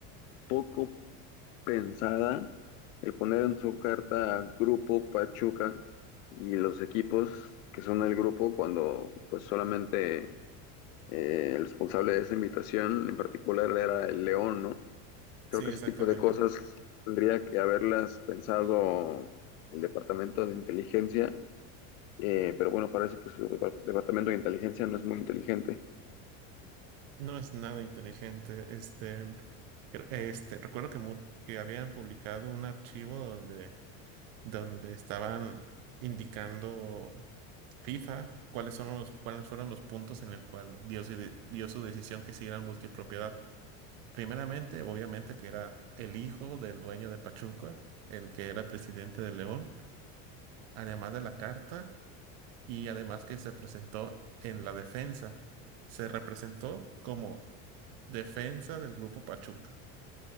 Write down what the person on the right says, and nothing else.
Sí,
exactamente.
No es nada inteligente. Este, cre- este, recuerdo que, mu- que habían publicado un archivo donde, donde estaban indicando FIFA cuáles son los, cuáles fueron los puntos en el cual dio, su de- dio su decisión que siguieran multipropiedad. Primeramente, obviamente, que era el hijo del dueño de Pachuca, el que era presidente de León, además de la carta, y además que se presentó en la defensa. Se representó como defensa del grupo Pachuca.